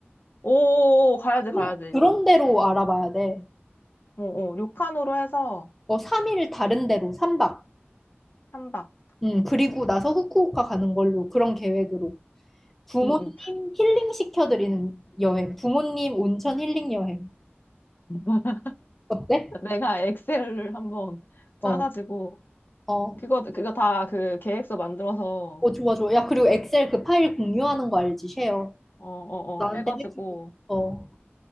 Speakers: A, on the left; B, in the centre.
A: 오, 가야지, 가야지.
B: 어, 그런 데로 알아봐야 돼.
A: 어, 어, 료칸으로 해서
B: 어, 3일 다른 데로 3박.
A: 한 박.
B: 음, 그리고 나서 후쿠오카 가는 걸로 그런 계획으로. 부모님
A: 응, 응.
B: 힐링 시켜드리는 여행. 부모님 온천 힐링 여행.
A: <laughs>
B: 어때?
A: 내가 엑셀을 한번 짜가지고
B: 어, 어,
A: 그거, 그거 다 그 계획서 만들어서,
B: 어, 좋아, 좋아. 야, 그리고 엑셀 그 파일 공유하는 거 알지? 쉐어.
A: 어, 어,
B: 나한테
A: 어, 해가지고,
B: 해주고. 어.